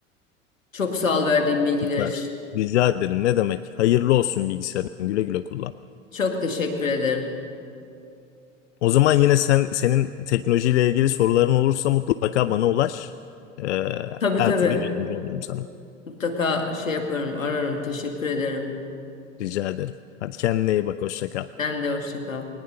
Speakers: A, on the left; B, on the left.
A: Çok sağ ol verdiğin bilgiler
B: Süper.
A: için.
B: Rica ederim. Ne demek? Hayırlı olsun bilgisayarın. Güle güle kullan.
A: Çok teşekkür ederim.
B: O zaman yine sen senin teknolojiyle ilgili soruların olursa mutlaka bana ulaş. Ee,
A: Tabii
B: her
A: tabii.
B: türlü yardımcı olurum sana.
A: Mutlaka şey yaparım, ararım. Teşekkür ederim.
B: Rica ederim. Hadi kendine iyi bak. Hoşça kal.
A: Sen de hoşça kal.